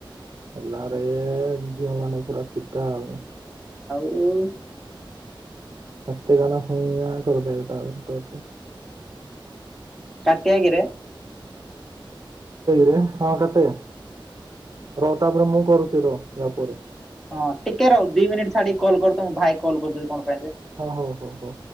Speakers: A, on the right; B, in the centre.
A: ହେଲାାରେ ଝିଅ ମାନେ ପୁରା ଫିତାା ହବ।
B: ଓୁ।
A: ହସତେ କାନା ହୁା କରିଦବେ ତା ତଠେ
B: କଟି ଆଗରେ
A: ରେ ହଁ କାଟେ ର ତାପରେ ମୁଁ କରୁଛି ର ୟା ପରେ
B: ହଁ ଟିକେ ରହୁ ଦି ମିନିଟ୍ ଛାଡିକ କଲ୍ୁ ତ ମୁଁ ଭାଇ କଲ୍ କରିଦେ କଣ ପାଇଁ
A: ହ ହୋ ହୋ ହୋ।